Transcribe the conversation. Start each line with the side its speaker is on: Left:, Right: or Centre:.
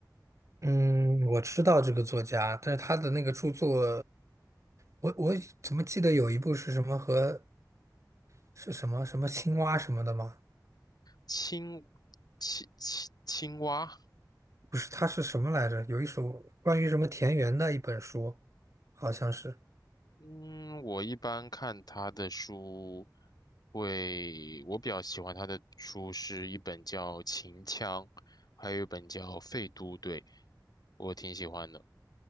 Right: 嗯，我知道这个作家，但是他的那个著作，我我怎么记得有一部是什么和是什么什么青蛙什么的吗？
Left: 青青青青蛙。
Right: 不是，他是什么来着？有一首关于什么田园的一本书，好像是。
Left: 嗯，我一般看他的书会，我比较喜欢他的书是一本叫《秦腔》，还有一本叫《废都》，对，我挺喜欢的。